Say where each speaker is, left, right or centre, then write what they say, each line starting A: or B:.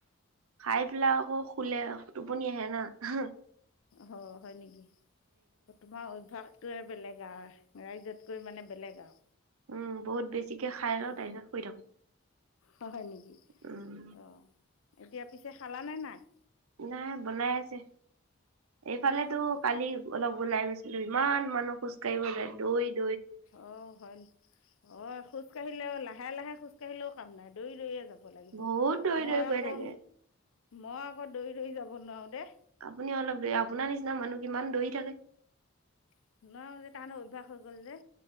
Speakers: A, on the right; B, on the left.
A: খাই পেলাই আকৌ শুলে, টোপনি আহে নাহ।
B: হয়, হয় নেকি? তোমাৰ অভ্যাসটো বেলেগ আৰু ৰাইজত কৈ মানে বেলেগ আৰু,
A: উম বহুত বেছিকে খাই লওঁ
B: উম।
A: তাৰ পিছত শুই থাকো
B: হয় নেকি?
A: উম
B: অ', এতিয়া পিছে খালা নে নাই?
A: নাই বনাই আছে, এইফালেতো
B: অঁ
A: কালি অলপ ওলাই গৈছিলো, ইমান মানুহ খোজ কাঢ়িব যায় দুই
B: অ', হয়। অ', খোজ কাঢ়িলেও, লাহে লাহে খোজ কাঢ়িলেও কাম নাই, দৌৰি দৌৰিয়ে যাব লাগিব।
A: বহুত দৌৰি
B: মই
A: দৌৰি গৈ
B: আকৌ,
A: থাকে
B: মই আকৌ দৌৰি দৌৰি যাব নোৱাৰো দেই।
A: আপুনি অলপ বেয়া। আপোনাৰ নিচিনা মানুহ কিমান দৌৰি থাকে।
B: <unintelligible> অভ্যাস হৈ গ'ল যে।